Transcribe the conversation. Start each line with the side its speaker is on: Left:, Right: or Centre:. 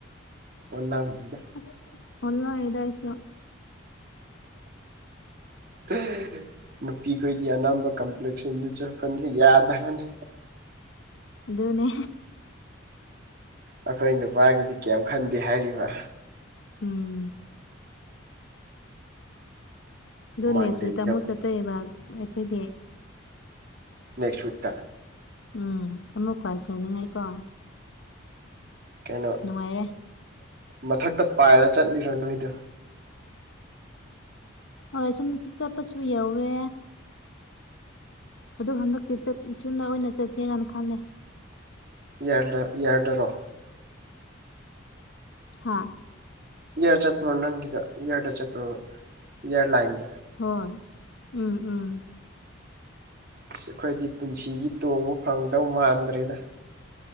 Right: ꯑꯣꯟꯂꯝꯑꯅꯤꯗ
Left: ꯑꯁ ꯑꯣꯟꯅꯣ ꯌꯦꯗ ꯍꯥꯏꯁꯨ
Right: <unintelligible> ꯅꯨꯄꯤꯈꯣꯏꯗꯤ ꯑꯅꯝꯕ ꯀꯝꯄ꯭ꯂꯦꯛꯁꯟꯗ ꯆꯠꯄꯅꯤ ꯌꯥꯗ꯭ꯔꯅꯤ
Left: ꯑꯗꯨꯅꯦ
Right: ꯑꯩꯈꯣꯏ ꯅꯨꯄꯥꯒꯤꯗꯤ ꯀꯔꯤꯝ ꯈꯟꯗꯦ ꯍꯥꯏꯔꯤꯕ
Left: ꯎꯝ ꯗꯣꯅꯦꯁ
Right: ꯃꯟꯗꯦꯗ
Left: ꯍ ꯇꯥꯃꯣ
Right: ꯑꯃꯨꯛ
Left: ꯆꯠꯠꯇꯔꯤꯕ ꯑꯩꯈꯣꯏꯗꯤ
Right: ꯅꯦꯛꯁ ꯋꯤꯛ ꯇ
Left: ꯎꯝ ꯑꯃꯨꯛꯀ ꯁꯧꯅꯤꯡꯉꯥꯏꯀꯣ
Right: ꯀꯩꯅꯣ
Left: ꯅꯨꯡꯉꯥꯏꯔꯦ
Right: ꯃꯊꯛꯇ ꯄꯥꯏꯔ ꯆꯠꯂꯤꯔꯣ ꯅꯣꯏꯗꯣ
Left: ꯍꯣꯏ ꯁꯣꯨꯝꯗꯁꯨ ꯆꯠꯄꯁꯨ ꯌꯧꯋꯦ ꯑꯗꯨꯗ ꯍꯟꯗꯛꯇꯤ ꯁꯨꯅ ꯑꯣꯏꯅ ꯆꯠꯁꯦꯔꯅ ꯈꯜꯂꯦ
Right: ꯌꯦꯔꯗ ꯏꯔꯗꯔꯣ
Left: ꯍꯥꯥ
Right: ꯏꯌꯥꯔ ꯆꯠꯄ꯭ꯔꯣ ꯅꯪꯒꯤꯗ ꯏꯌꯥꯔꯗ ꯆꯠꯄ꯭ꯔꯣ ꯏꯌꯥꯔꯂꯥꯏꯟꯗ
Left: ꯍꯣꯏ ꯎꯝ ꯎꯝ
Right: ꯑꯁ ꯑꯩꯈꯣꯏꯗꯤ ꯄꯨꯟꯁꯤꯒꯤ ꯇꯣꯡꯕ ꯐꯪꯗꯧ ꯃꯥꯟꯗ꯭ꯔꯦꯗ